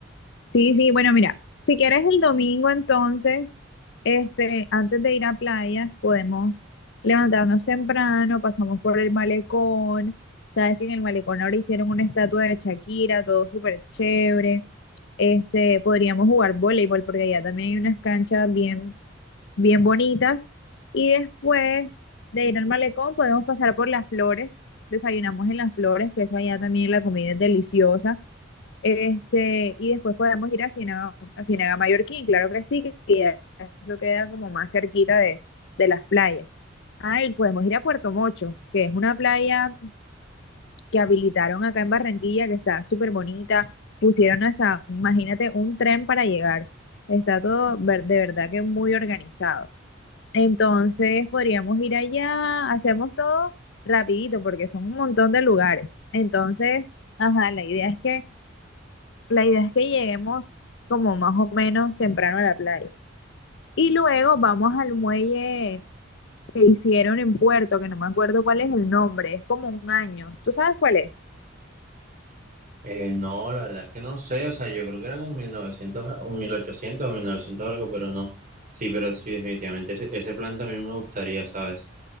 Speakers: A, on the left (about 65°); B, on the right (about 40°).
A: Sí, sí, bueno, mira, si quieres el domingo entonces, este, antes de ir a playa, podemos levantarnos temprano, pasamos por el malecón, sabes que en el malecón ahora hicieron una estatua de Shakira, todo súper chévere, este, podríamos jugar voleibol porque allá también hay unas canchas bien, bien bonitas y después de ir al malecón podemos pasar por las flores, desayunamos en las flores, que eso allá también la comida es deliciosa. Este, y después podemos ir a Ciénaga, a Ciénaga Mallorquín, claro que sí, que queda- eso queda como más cerquita de, de las playas. Ahí podemos ir a Puerto Mocho, que es una playa que habilitaron acá en Barranquilla, que está súper bonita. Pusieron hasta, imagínate, un tren para llegar. Está todo ver- de verdad que muy organizado. Entonces podríamos ir allá, hacemos todo rapidito porque son un montón de lugares. Entonces, ajá, la idea es que la idea es que lleguemos como más o menos temprano a la playa. Y luego vamos al muelle que hicieron en Puerto, que no me acuerdo cuál es el nombre, es como un año. ¿Tú sabes cuál es?
B: Eh, no, la verdad es que no sé, o sea, yo creo que era como 1900 a- o 1800 o 1900 algo, pero no. Sí, pero sí, definitivamente ese, ese plan también me gustaría, ¿sabes?